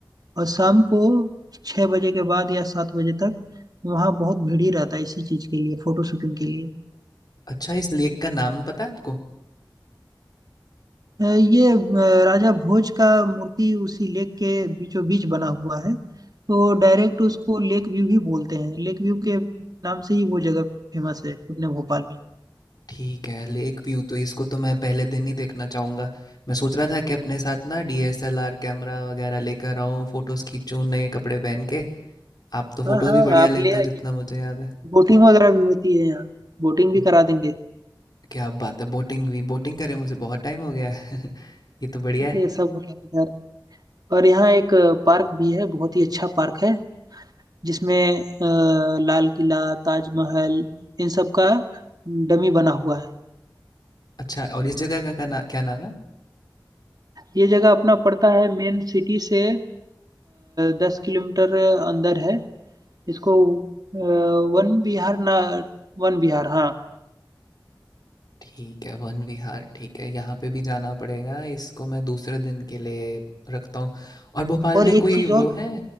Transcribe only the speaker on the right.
और शाम को छः बजे के बाद या सात बजे तक वहाँ बहुत भीड़ ही रहता है इसी चीज के लिए फोटो शूटिंग के लिए
अ, ये अ, राजा भोज का मूर्ति उसी लेक के बीचों बीच बना हुआ है तो डायरेक्ट उसको लेक व्यू ही बोलते हैं लेक व्यू के नाम से ही वो जगह फेमस है अपने भोपाल में
हाँ
हाँ
आप
ले
आइए
बोटिंग वगैरह भी होती है यहाँ बोटिंग भी
करा देंगे
ये सब होता है इधर और यहाँ एक पार्क भी है बहुत ही अच्छा पार्क है जिसमें अ, लाल किला ताजमहल इन सब का डमी बना हुआ है
ये जगह अपना पड़ता है मेन सिटी से दस किलोमीटर अंदर है इसको अ, वन विहार ना वन विहार हाँ
और एक
चीज
और